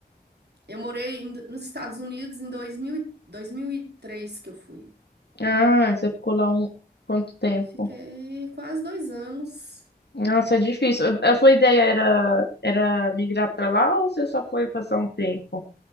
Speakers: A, on the right; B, on the left.
A: Eu morei em- nos Estados Unidos em dois mil e- 2003 que eu fui.
B: Ah, você ficou lá um quanto tempo?
A: Fiquei quase dois anos.
B: Nossa, é difícil. A sua ideia era, era migrar para lá ou você só foi passar um tempo?